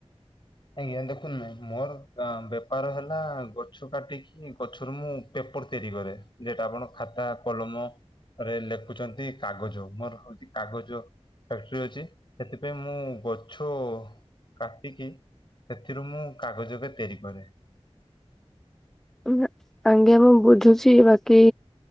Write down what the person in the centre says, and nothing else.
ଇଁହା, ଆଜ୍ଞା ମୁଁ ବୁଝୁଛି ବାକି